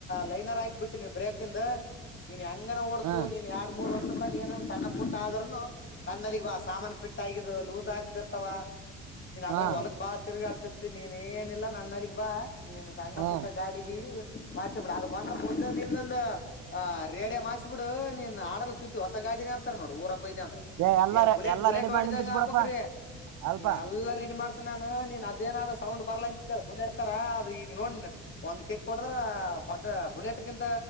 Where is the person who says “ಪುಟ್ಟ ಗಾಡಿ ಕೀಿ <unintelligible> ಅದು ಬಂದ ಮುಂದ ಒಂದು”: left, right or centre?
Left